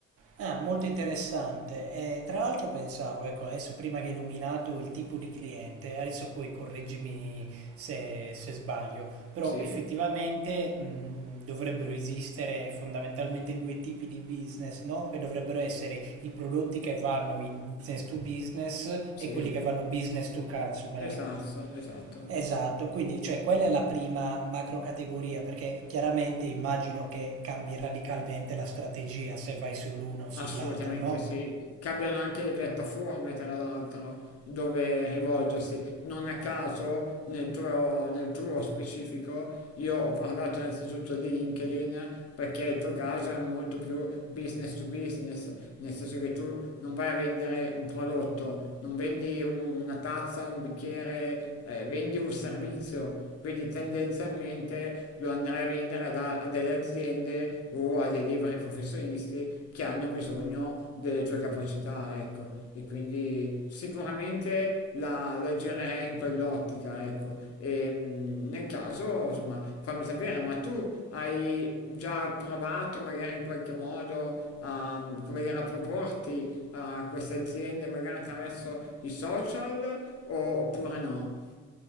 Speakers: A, on the right (about 50°); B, on the left (about 55°).
A: Ah, molto interessante. Eh, tra l'altro pensavo, ecco, adesso prima che hai nominato il tipo di cliente, adesso poi correggimi se, se sbaglio, però
B: Sì,
A: effettivamente mh, dovrebbero esistere fondamentalmente due tipi di business, no? Che dovrebbero essere i prodotti che vanno in business to business
B: sì,
A: e quelli che vanno business to consumer.
B: esatto, esatto.
A: Esatto, quindi cioè, quella è la prima macrocategoria, perché chiaramente immagino che cambi radicalmente la strategia se vai sull'una o sull'altra,
B: Assolutamente
A: no?
B: sì, cambiano anche le piattaforme tra l'altro dove rivolgersi. Non a caso nel tuo, nel tuo specifico io ho parlato innanzitutto di LinkedIn perché il tuo caso è molto più business to business, nel senso che tu non vai a vendere un prodotto, non vendi una tazza, un bicchiere, eh, vendi un servizio. Quindi tendenzialmente lo andrai a vendere ad- a, delle aziende o a dei liberi professionisti che hanno bisogno delle tue capacità, ecco. E quindi sicuramente la, la girerei in quell'ottica, ecco. E mm, nel caso, insomma, fammi sapere, ma tu hai già provato magari in qualche modo a, come dire, a proporti a queste aziende magari attraverso i social o- oppure no?